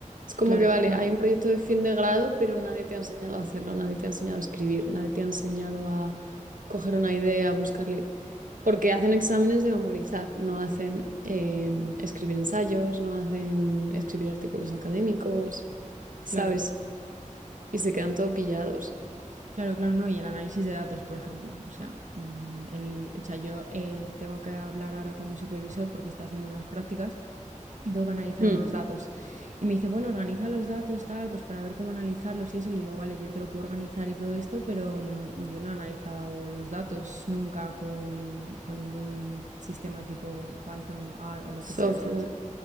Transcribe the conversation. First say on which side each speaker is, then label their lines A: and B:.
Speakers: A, on the right (about 90°); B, on the right (about 65°).
A: Es como
B: Claro,
A: que, vale,
B: no,
A: hay un proyecto de fin de grado, pero nadie te ha enseñado a hacerlo, nadie te ha enseñado a escribir, nadie te ha enseñado a coger una idea, a buscar Porque hacen exámenes de memorizar, no hacen em, escribir ensayos, no hacen escribir artículos académicos, ¿sabes?
B: claro.
A: Y se quedan todo pillados.
B: Claro, claro, no. Y el análisis de datos, por ejemplo. O sea, mm, el, o sea, yo eh, tengo que hablar ahora con mi supervisor porque estoy haciendo unas prácticas y tengo que analizar
A: Mm,
B: unos datos. Y me dice, bueno, organiza los datos, tal, pues para ver cómo analizarlos y eso. Y le digo, vale, yo te lo puedo organizar y todo esto, pero mm, yo no he analizado los datos nunca con, con ningún sistema tipo Python o R o lo
A: Software,
B: que sea, ¿sabes?